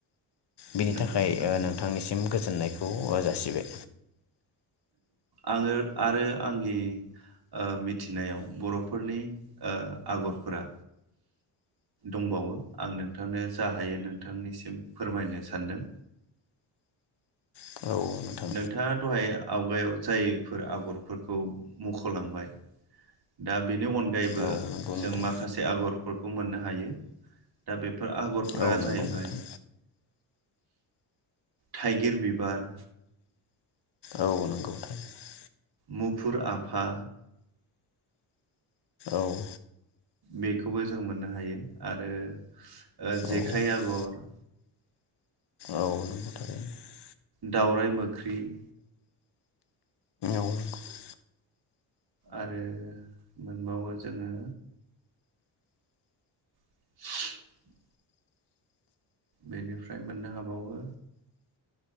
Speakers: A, on the left; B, on the right.
A: बिनि ओ
B: नोंगौ
A: थाखाय
B: नोंथां
A: नोंथांनिसिम गोजोननायखौ सिबाय
B: आङो आरो आंनि ओ मिथिनायाव बर'फोरनि आगरफोरा दंबावो आं नोंथांनो जा हायो नोंथांनिसिम फोरमायनो सानदों।
A: औ नोंथां
B: नोंथाङा दहाय आवगायाव जायफोर आगरफोरखौ मुख'लांबाय दा बेनि अनगायैबो
A: औ नंगौ
B: जों
A: नोंथां
B: माखासे आगरफोरखौ मोननो हायो दा बेफोर आगरफोरा
A: औ नंगौ
B: जाहैबाय
A: नोंथां
B: थाइगिर बिबार
A: औ नंगौ थारैनो
B: मुफुर आफा
A: औ नंगौ
B: बेखौबो जों मोननो हायो आरो ओ जेखाइ
A: औ
B: आगर
A: औ नंगौ थारैनो
B: दावराइ मोख्रेब
A: औ नंगौ औ
B: आरो मोनबावो जोङो <inaudible> बेनिफ्राय मोननो हाबावो